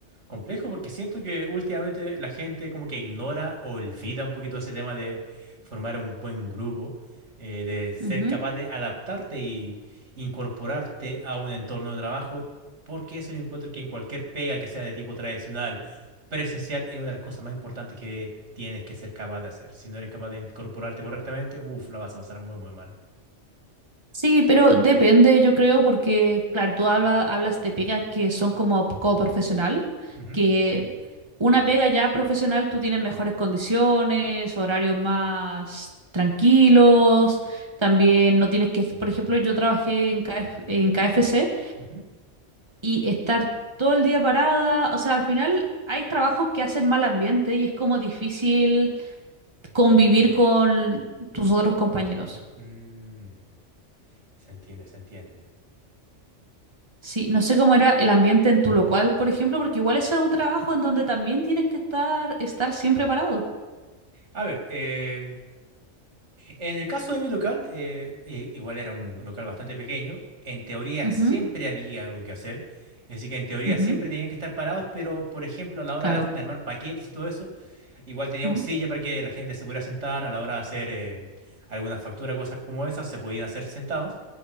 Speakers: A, on the right; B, on the right.
A: complejo porque siento que últimamente la gente como que ignora o olvida un poquito ese tema de formar un buen grupo, eh, de ser
B: Ujú.
A: capaz de adaptarte y incorporarte a un entorno de trabajo, porque eso yo encuentro que en cualquier pega que sea de tipo tradicional, presencial, es una de las cosas más importantes que tienes que ser capaz de hacer. Si no eres capaz de incorporarte correctamente, uff, la vas a pasar muy, muy mal.
B: Sí, pero depende, yo creo, porque, claro, tú habla- hablas de pegas que son como coprofesional,
A: Ujú,
B: que una pega ya profesional, tú tienes mejores condiciones, horarios más tranquilos, también no tienes que, por ejemplo, yo trabajé en KF en K F C
A: ujú.
B: y estar todo el día parada, o sea, al final hay trabajos que hacen mal ambiente y es como difícil convivir con tus otros compañeros.
A: Mm, se entiende, se entiende.
B: Sí, no sé cómo era el ambiente en tu local, por ejemplo, porque igual ese es un trabajo en donde también tienes que estar, estar siempre parado.
A: A ver, eh, en el caso de mi local, eh, eh, igual era un local bastante pequeño, en teoría
B: Ujú,
A: siempre había algo que hacer, así que en teoría
B: ujú,
A: siempre tenían que estar parados, pero por ejemplo a la hora
B: claro.
A: de armar paquetes y todo eso, igual teníamos
B: Ujú,
A: silla para que la gente se pudiera sentar, a la hora de hacer eh, alguna factura, cosas como esas, se podían hacer sentados.